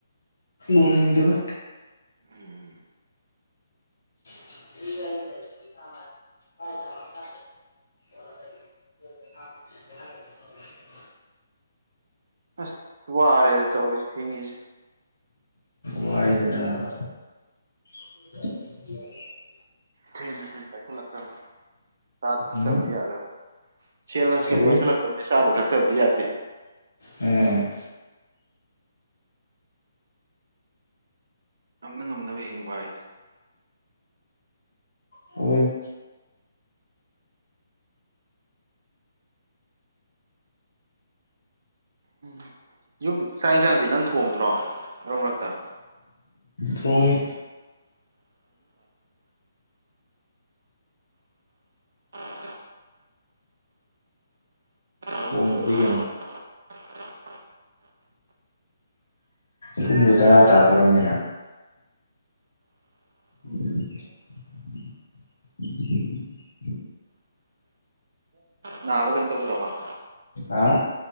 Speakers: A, on the left; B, on the right.
A: ꯎꯅꯤꯡꯗꯦꯗ꯫
B: ꯎꯝ
A: <unintelligible> <unintelligible>
B: ꯑ ꯋꯥꯔꯦꯗ ꯇꯧꯔꯤꯁ ꯊꯦꯡꯒꯤꯁꯦ꯫
A: ꯋꯥꯏꯗ ꯅꯥꯕ꯫ <unintelligible>
B: ꯊꯦꯅ ꯍꯦꯅ ꯄꯩꯈꯜꯂꯛꯇꯕꯅꯤ꯫ ꯁꯥꯠ ꯐꯛꯇꯕꯗꯤ
A: ꯎꯝ
B: ꯌꯥꯗꯕꯅꯤ꯫ ꯁꯦꯜꯅ ꯁꯦꯜ
A: ꯀꯔꯤ
B: ꯄꯥꯏꯁꯜꯂꯛꯇꯕꯅꯤ ꯆꯥꯗ ꯊꯛꯇꯕꯗꯤ ꯌꯥꯗꯦ꯫
A: ꯎꯝ
B: ꯉꯝꯅ ꯉꯝꯅꯕ ꯍꯤꯡꯕ ꯍꯥꯏꯗꯨꯅꯤ꯫
A: ꯍꫭꯏꯅꯦ꯫
B: ꯎꯝ ꯌꯨꯝ ꯆꯥꯛ ꯌꯦꯟꯁꯥꯡꯗꯤ ꯅꯪ ꯊꯣꯡꯗ꯭ꯔꯣ ꯃꯔꯛ ꯃꯔꯛꯇ꯫
A: ꯊꯣꯡꯉꯤ
B: <unintelligible> ꯂꯣꯛꯇ
A: ꯊꫭꯡꯗ꯭ꯔꯗꯤ ꯀꯩꯅꯣ꯫
B: <unintelligible>
A: ꯄꯨꯡꯕꯨ ꯇꯔꯥ ꯇꯥ ꯗꫭꯔꯝꯃꯦꯅ꯫ <unintelligible> <unintelligible>
B: ꯅꯥꯕꯨ ꯀꯩꯝ ꯇꯧꯗ꯭ꯔꯕꫭ꯫
A: ꯑꯥ